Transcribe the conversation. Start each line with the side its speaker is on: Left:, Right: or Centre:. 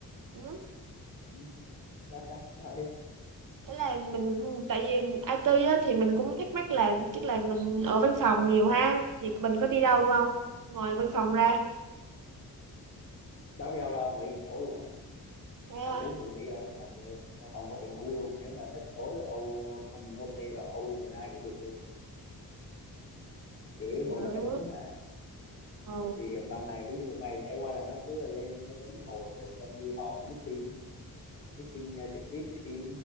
Right: ừ.
Left: ừ. sao sao Nói đi
Right: thế là mình tại vì IT á, thì mình cũng thắc mắc là tức là mình ở văn phòng nhiều ha thì mình có đi đâu không ngoài văn phòng ra
Left: đâu đi đâu đâu ngoài chỗ luôn á
Right: thế à,
Left: ăn uống ngủ nghỉ ở văn phòng luôn văn phòng có chỗ ngủ luôn nếu mà thích tối ô không những OT là overnight cũng được luôn chủ yếu
Right: trời
Left: ngồi làm máy tính
Right: ơi
Left: mà
Right: ờ,
Left: thì ban ngày ví dụ một ngày trải qua là nó cứ lên máy tính ngồi ngồi xong đi họp đi meeting meeting ờ, trực tiếp với team